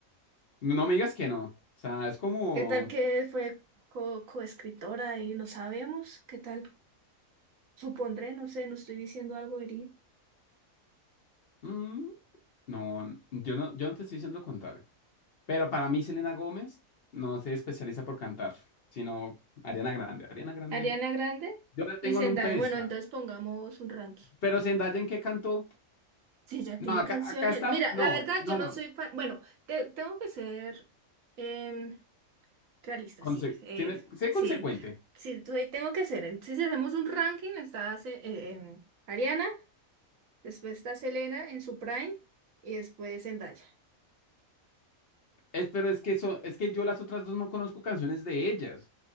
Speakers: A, on the left; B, on the right.
A: No no me digas que no. O sea, es como...
B: ¿Qué tal que fue co- coescritora y no sabemos? ¿Qué tal? Supondré, no sé, no estoy diciendo algo herido.
A: mm, no, yo no, yo no te estoy diciendo lo contrario. Pero para mí Selena Gómez no se especializa por cantar, sino Ariana Grande. Ariana Grande.
B: Ariana Grande
A: Yo la tengo
B: y Zendaya.
A: en un pedestal.
B: Bueno, entonces pongamos un ranking.
A: Pero Zendaya, ¿en qué cantó?
B: Sí, ya
A: No,
B: tiene
A: acá,
B: canciones.
A: acá estamos...
B: Mira,
A: No,
B: la verdad,
A: no,
B: yo no
A: no.
B: soy fan. Bueno, te- tengo que ser em, realista,
A: Conse-
B: sí. eh,
A: tiene, sé
B: sí,
A: consecuente.
B: sí, soy- tengo que ser. Entonces, si hacemos un ranking, está Ce- eh, em, Ariana, después está Selena en su prime y después Zendaya.
A: Es, pero es que eso, es que yo las otras dos no conozco canciones de ellas.